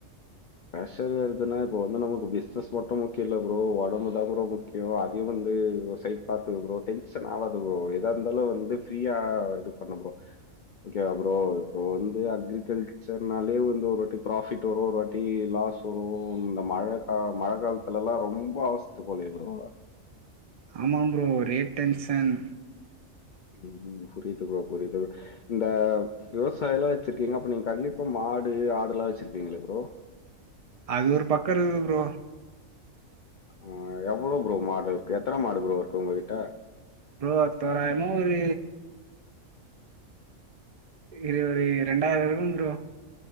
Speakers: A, on the left; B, on the right.
A: ப்ரசர் ஏற்துன்னா இப்ப வந்து நமக்கு பிஸ்னஸ் மட்டும் முக்கியம் இல்ல ப்ரோ உடம்பு தான் ப்ரோ முக்கியம் அதயும் வந் ந்து ஒர் சைட் பாத்துக்க ப்ரோ டென்ஷன் ஆவாத ப்ரோ எதா இருந்தாலும் வந்து ஃப்ரீயா இது பண்ணு ப்ரோ ஒகேவா ப்ரோ இப்போ வந்து அக்ரிகல்ச்சர்னாலே வந்து ஒரு வாட்டி ப்ராபிட் வரும் ஒரு வாட் அப்டி லாஸ் வரும் இந்த மழ கா மழ காலத்துலல்லாம் ரொம்ப ஆவஸ்த்த போலயே ப்ரோ
B: ஆமா ப்ரோ ஒரே டென்சன்
A: உம்ம் புரியுது ப்ரோ புரியுது இந்த விவசாயல்லாம் வச்சிருக்கீங்க அப்ப நீங்க கண்டிப்பா மா ஆடு ஆடெல்லா வச்சிருப்பீங்களே ப்ரோ
B: அது ஒரு பக்கம் இருக்து ப்ரோ
A: ஆஹ் எவ்ளோ ப்ரோ மாடு இருக்கு எத்தன மாடு ப்ரோ இருக்கு உங்ககிட்ட
B: ப்ரோ தோராயமா ஒரு இது ஒரு ரண்டாயிரம் இருக்கும் ப்ரோ